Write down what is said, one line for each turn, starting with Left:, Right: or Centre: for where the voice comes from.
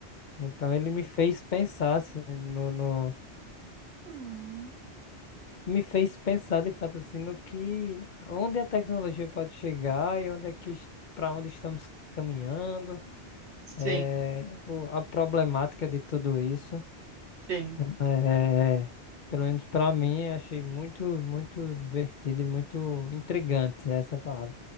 Left: Então ele me fez pensar, assim, no, no-
Right: Hum,
Left: me fez pensar de fato, assim, no que, onde a tecnologia pode chegar e onde é que, para onde estamos caminhando.
Right: Sim,
Left: É, o- a problemática de tudo isso,
Right: sim.
Left: então, é, é, é, pelo menos pra mim, achei muito, muito divertido e muito intrigante essa palavra.